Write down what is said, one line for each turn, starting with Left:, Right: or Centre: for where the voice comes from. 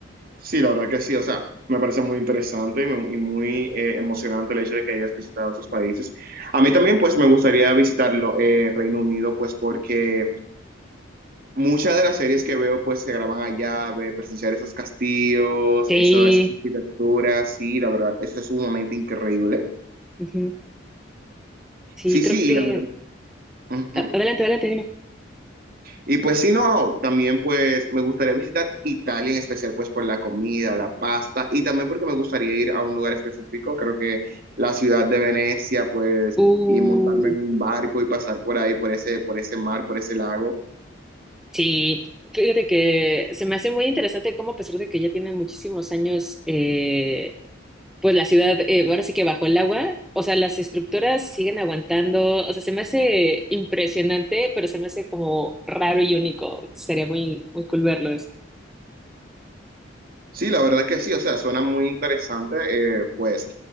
Right: Sí, la verdad que sí, o sea, me parece muy interesante y me- y muy eh, emocionante el hecho de que hayas visitado esos países. A mí también, pues, me gustaría visitarlo, eh, Reino Unido, pues, porque muchas de las series que veo, pues, se graban allá, ve- presenciar esos castillos,
Centre: Sí.
Right: eso, esas arquitecturas, sí, la verdad, eso es sumamente increíble.
Centre: ujú. Sí,
Right: Sí,
Centre: creo
Right: sí,
Centre: que...
Right: la verdad. ujú.
Centre: a- Adelante, adelante, dime.
Right: Y pues sí, no, no, también pues me gustaría visitar Italia en especial pues por la comida, la pasta y también porque me gustaría ir a un lugar específico, creo que la ciudad de Venecia pues
Centre: Uh,
Right: y montarme en un barco y pasar por ahí, por ese, por ese mar, por ese lago.
Centre: sí, fíjate que se me hace muy interesante cómo a pesar de que ya tiene muchísimos años, eh, pues la ciudad eh, ahora sí que bajo el agua, o sea, las estructuras siguen aguantando, o sea, se me hace impresionante, pero se me hace como raro y único. Sería muy, muy cool verlos.
Right: Sí, la verdad que sí, o sea, suena muy interesante eh, pues